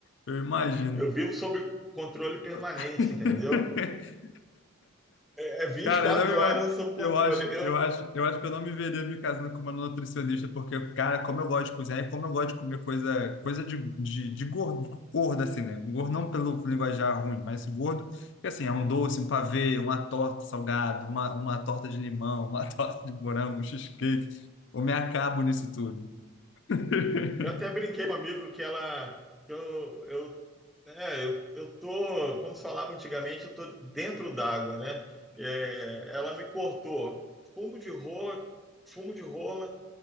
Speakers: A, on the left (about 55°); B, in the centre.
A: eu imagino.
B: Eu vivo sob controle permanente,
A: <laughs>
B: entendeu? É 24
A: Cara, eu não me ima-
B: horas sob controle.
A: eu acho,
B: Eu,
A: eu acho, eu acho que eu não me veria me casando com uma nutricionista, porque, cara, como eu gosto de cozinhar e como eu gosto de comer coisa, coisa de, de, de gordo, gordo, assim, né? Gordo não pelo linguajar ruim, mas gordo, que assim, é um doce, um pavê, uma torta salgada, uma, uma torta de limão, uma <laughs> torta de morango, um cheesecake. Eu me acabo nisso tudo. <laughs>
B: eu até brinquei com um amigo que ela. que Eu, eu, é, eu, eu tô, como se falava antigamente, eu tô dentro d'água, né? É, ela me cortou fumo de rola, fumo de rola,